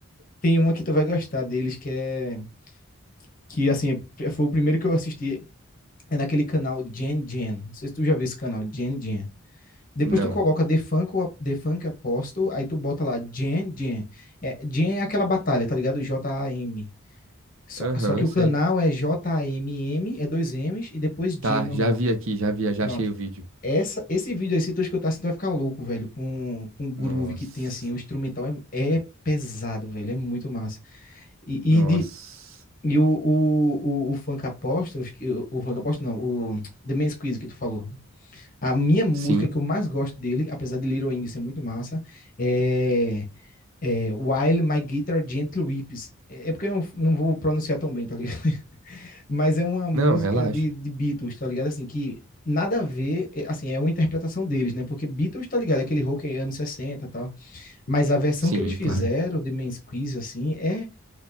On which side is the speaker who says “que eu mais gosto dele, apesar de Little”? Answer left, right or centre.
Left